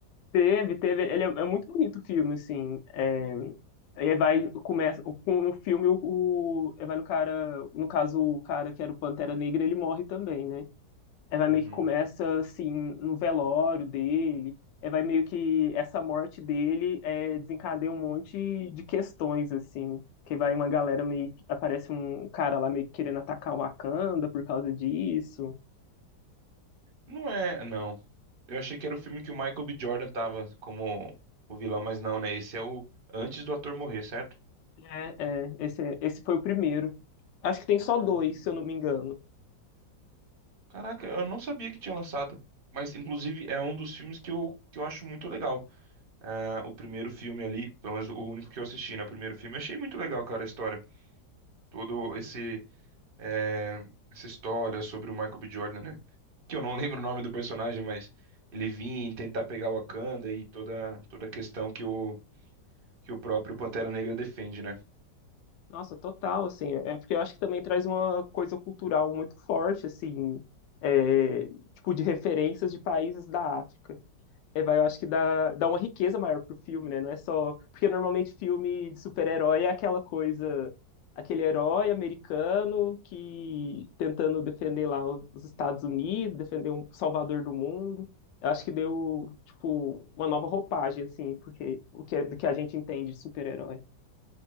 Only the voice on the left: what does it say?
Teve, teve. Ele é, é muito bonito o filme, assim. é, Ele vai, começa, com- no filme, o, o- ele vai no cara, no caso, o cara que era o Pantera Negra, ele morre também, né? Ele vai
meio que começa, assim, no velório dele, ele vai meio que, essa morte dele é, desencadeia um monte de questões, assim, que vai uma galera meio, que- aparece um cara lá meio que querendo atacar o Wakanda por causa disso.
É, é, esse, é- esse foi o primeiro. Acho que tem só
dois, se eu não me engano.
Nossa, total, assim, é porque eu acho que também traz uma coisa cultural muito forte, assim, é, tipo, de referências de países da África. É, vai, eu acho que dá, dá uma riqueza maior pro filme, né? Não é só. Porque normalmente filme de super-herói é aquela coisa, aquele herói americano que tentando defender lá os Estados Unidos, defender um salvador do mundo. Eu acho que deu, tipo, uma nova roupagem, assim, porque o que, é, do que a gente entende de super-herói.